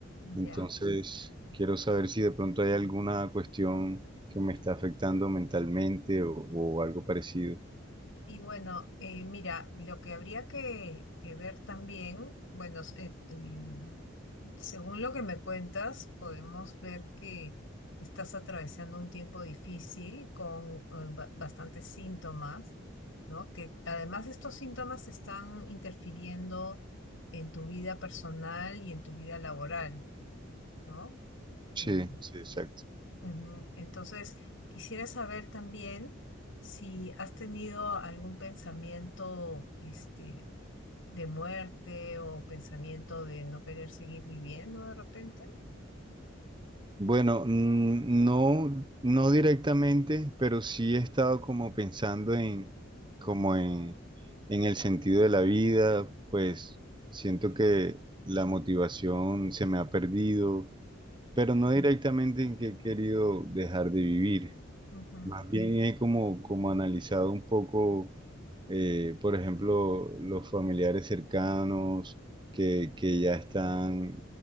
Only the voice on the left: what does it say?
Ya.
Y bueno, eh, mira, lo que habría que, que ver también, bueno, s- eh, el- Según lo que me cuentas, podemos ver que estás atravesando un tiempo difícil con eh, ba- bastantes síntomas, ¿no? Que además estos síntomas están interfiriendo en tu vida personal y en tu vida laboral, ¿no?
Eh,
ujú. Entonces, quisiera saber también si has tenido algún pensamiento, este, de muerte o pensamiento de no querer seguir viviendo de repente.
Ujú,